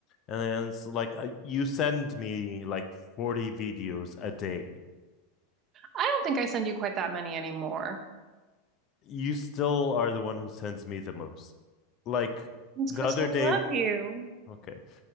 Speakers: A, on the left (about 35°); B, on the right (about 35°).
A: and then it's like uh, you send me like 40 videos a day
B: I don't think I send you quite that many anymore.
A: you still are the one who sends me the most like
B: It's
A: the
B: because
A: other
B: I love
A: day
B: you.
A: okay